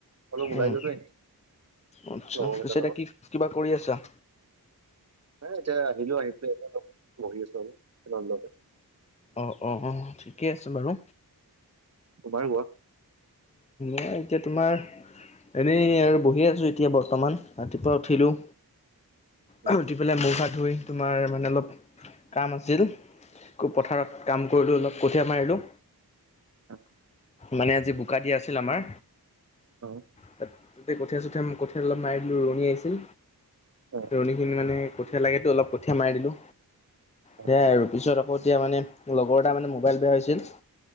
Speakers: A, on the right; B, on the left.
A: অলপ ওলাই
B: উম।
A: গলো এনেই,
B: আচ্ছা
A: লগৰকেইটাৰ
B: পিছে এতিয়া
A: লগত।
B: কি কিবা কৰি আছা?
A: এহ এতিয়া আহিলো আহি পেলাই বহি আছো অলপ আৰু বাৰানদাতে।
B: অ অ অ। ঠিকে আছে বাৰু।
A: তোমাৰ কোৱা?
B: এহ এতিয়া তোমাৰ এনেই আৰু বহি আছোঁ এতিয়া বৰ্তমান ৰাতিপুৱা উঠিলোঁ।
A: উম,
B: অ'হ উঠি পেলাই মূখ হাত ধুই তোমাৰ মানে অলপ কাম আছিল, পথাৰত কাম কৰিলো অলপ কঠীয়া মাৰিলোঁ।
A: অ,
B: মানে আজি বোকা দিয়া আছিল আমাৰ।
A: অ।
B: ত তাতে কঠীয়া - চঠীয়া কঠীয়া অলপ মাৰি দিলো ৰুৱণী আহিছিল।
A: অ।
B: মানে কঠীয়া লাগেতো অলপ কঠীয়া মাৰি দিলো,
A: অ,
B: সেয়া আৰু পিছত ক আকৌ এতিয়া মানে লগৰ এটা মানে মোবাইল বেয়া হৈছিল,